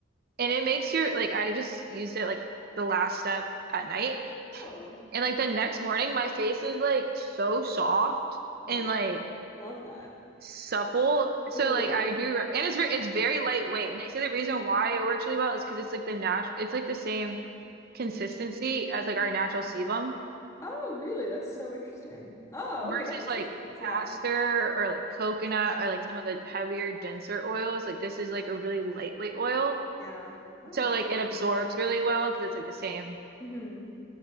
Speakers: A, on the right; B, on the left.
A: and it makes your like I just used it like the last step at night
B: Oh,
A: and
B: yeah.
A: like the next morning my face is like so soft
B: Oh
A: and
B: my God.
A: like
B: Love that.
A: supple. So
B: <laughs> Ooh.
A: like I do, and it's very it's very lightweight. And they say the reason why it works really well is because it's like the nat it's like the same consistency
B: Mm.
A: as like our natural sebum
B: Oh, really? That's so interesting. Oh,
A: versus
B: okay, that makes
A: like
B: some sense. Yeah,
A: castor or like coconut or like some of the heavier, denser oils. Like this is like a really lightweight oil.
B: yeah. Oh,
A: So like it absorbs really well because it's like the same.
B: hmm